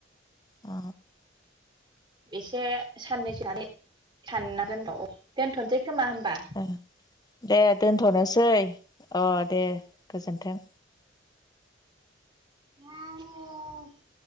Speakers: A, on the left; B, on the right.
A: अ
B: एसे साननैसोआनै साननांगोनर' दोनथ'नोसै खोमा होमबा
A: ओ दे दोनथ'नोसै अ दे गोजोनथों।
B: नानि